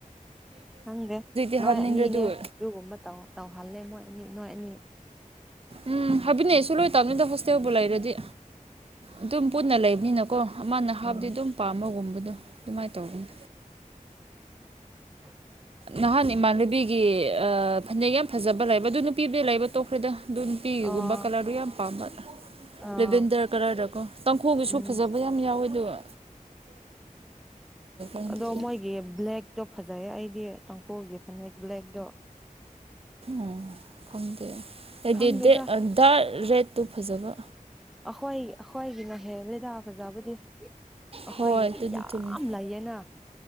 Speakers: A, in the centre; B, on the right.
A: ꯈꯪꯗꯦ
B: ꯍꯥꯞꯅꯤꯡꯗ꯭ꯔꯦ
A: ꯅꯣꯏ ꯑꯅꯤꯅꯦ
B: ꯑꯗꯨ
A: ꯑꯗꯨꯒꯨꯝꯕ ꯇꯧꯍꯜꯂꯦ ꯃꯣꯏ ꯑꯅꯤ ꯅꯣꯏ ꯑꯅꯤ
B: ꯎꯝ ꯍꯥꯏꯕꯤꯅꯦ ꯑꯩꯁꯨ ꯂꯣꯏ ꯇꯧꯕꯅꯤꯗ ꯍꯁꯇꯦꯧꯕ ꯂꯩꯔꯗꯤ ꯑꯗꯨꯝ ꯄꯨꯟꯅ ꯂꯩꯕꯅꯤꯅꯀꯣ ꯑꯃꯅ ꯍꯥꯞꯗꯤ
A: ꯎꯝ
B: ꯑꯗꯨꯝ ꯄꯥꯝꯕꯒꯨꯝꯕꯗꯣ ꯑꯗꯨꯃꯥꯏꯅ ꯇꯧꯕꯅꯤ
A: <inaudible> <inaudible>
B: ꯅꯍꯥꯟ ꯏꯃꯥꯟꯅꯕꯤꯒꯤ ꯐꯅꯦꯛ ꯌꯥꯝ ꯐꯖꯕ ꯂꯩꯕ ꯑꯗꯨ ꯅꯨꯄꯤꯕꯨꯗꯤ ꯂꯩꯕ ꯇꯣꯛ ꯑꯩꯈꯣꯏꯗ ꯑꯗꯨ ꯅꯨꯄꯤꯤꯒꯨꯝꯕ
A: ꯑꯣ
B: ꯀꯂꯔꯗꯨ ꯌꯥꯝ ꯄꯥꯝꯕ꯭ꯔ
A: ꯑꯥ
B: ꯂꯦꯚꯦꯟꯗꯔ ꯀꯂꯔꯗꯀꯣ ꯇꯥꯡꯈꯨꯒꯤꯁꯨ
A: ꯎꯝ
B: ꯐꯖꯕ ꯌꯥꯝ ꯌꯥꯎꯋꯦ ꯑꯗꯨꯒ ꯍꯟꯗꯛꯇꯤ
A: ꯑꯗꯣ ꯃꯣꯏꯒꯤ ꯕ꯭ꯂꯦꯛꯇꯣ ꯐꯖꯩꯌꯦ ꯑꯩꯗꯤ ꯇꯀꯣ ꯌꯦ ꯐꯅ ꯑꯦꯕꯂꯦꯛꯗꯣ
B: ꯎꯝ ꯈꯪꯗꯦ ꯍꯥꯏꯗꯤꯔ
A: ꯈꯪꯗꯦꯗ
B: ꯔꯦꯠꯇꯨ ꯐꯖꯕ
A: ꯑꯩꯈ꯭ꯋꯥꯣꯏ ꯑꯩꯈ꯭ꯋꯥꯣꯏꯒꯤꯅꯍꯦ ꯂꯩꯗꯥ ꯐꯖꯕꯨꯗꯤ ꯑꯩꯈꯣꯏꯒꯤꯗꯤ
B: ꯍꯣꯏ ꯑꯗꯨꯗꯤ
A: ꯌꯥꯝ
B: ꯆꯨꯝꯃꯤ
A: ꯂꯩꯌꯦꯅ <inaudible>